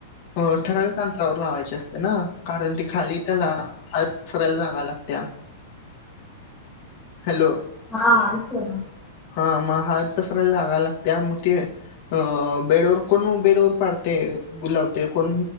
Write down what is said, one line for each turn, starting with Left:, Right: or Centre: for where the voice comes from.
Left: अ ठराविक अंतरावर लावायचे असते ना कारण ती खाली त्याला हळद सरायला जागा लागत्या हॅलो
Centre: हा हा ऐकतोय ना
Left: हा मग हळद पसरायला जागा लागत्या मग ते अ बेडवर कोण बेडवर पाडतय गुलावतय कोण